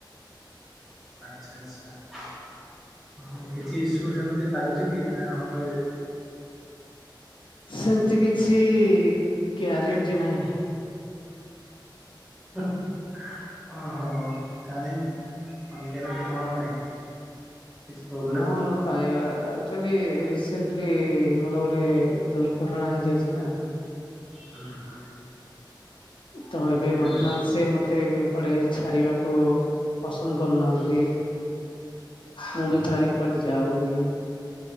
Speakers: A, in the centre; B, on the left (about 85°).
A: ଆଚ୍ଛା ଆଚ୍ଛା ହଁ କିଛି ଇସ୍ୟୁ ସେମିତି ଲାଗୁଛି କି ନା ହଁ କହିବେ।
B: ସେମିତି କିଛି ଗ୍ୟାରେଣ୍ଟି ନାହିଁ।
A: <unintelligible> ଓହୋ କାହିଁ ଅନଗାରେଣ୍ଟି କଣ ପାଇଁ? କିଛି ପ୍ରୋବ୍ଲେମ୍
B: କଣ। ପାଇବା ଏକ୍ଟୁଆଲି ରିସେଣ୍ଟଲି ମୋର ଗୋଟେ ଦୁର୍ଘଟଣା ହେଇଯାଇଛି ନାଁ।
A: ହୁଁ। ହୁଁ
B: ତ
A: ବୁଝିଲି
B: ଏବେ ବର୍ତ୍ତମାନ
A: ବୁଝିଲି।
B: ସେ ମ ତେ କୁଆଡ଼େ ଛାଡ଼ିବାକୁ ପସନ୍ଦ କରୁନାହାନ୍ତି। ମୁଁ ବି ପ୍ରାୟ କୁଆଡ଼େ ଯାଉନି,